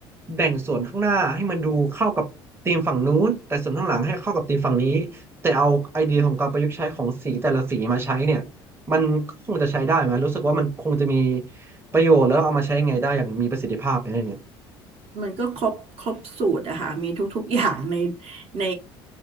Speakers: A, on the right; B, on the right.
A: แบ่งส่วนข้างหน้าให้มันดูเข้ากับ ธีมฝั่งนู้นแต่ส่วนข้างหลังให้เข้ากับธีมฝั่งนี้แต่เอาไอเดียของการประยุกต์ใช้ของสีแต่ละสีมาใช้เนี่ยมันคงจะใช้ได้ไหมรู้สึกว่ามันคงจะมีประโยชน์แล้วเอามาใช้ไงได้อย่างมีประสิทธิภาพอะไรเงี้ย
B: มันก็ครบครบสูตรอะค่ะมีทุกๆอย่างในใน